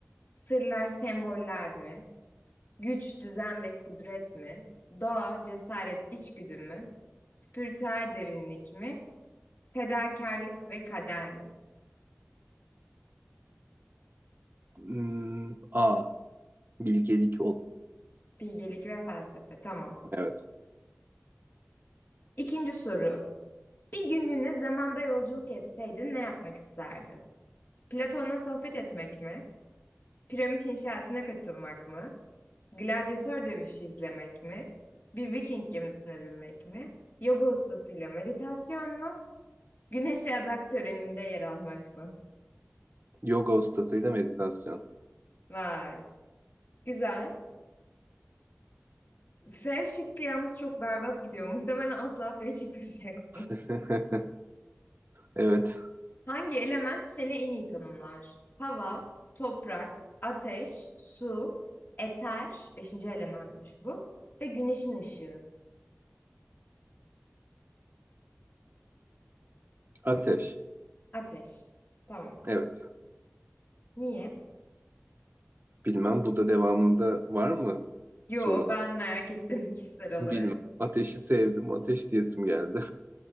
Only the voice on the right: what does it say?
Hmm. A. Bilgelik ol.
Evet.
Yoga ustasıyla meditasyon.
<laughs> Evet.
Ateş.
Evet.
Bilmem bu da devamında var mı
soruda?
Bilmem.
Ateşi sevdim. Ateş diyesim geldi.